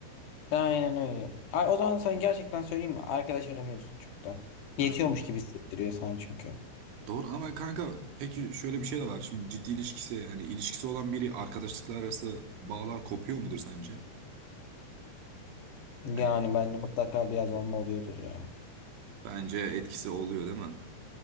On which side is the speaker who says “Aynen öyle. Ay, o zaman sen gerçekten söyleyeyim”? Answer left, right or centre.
Left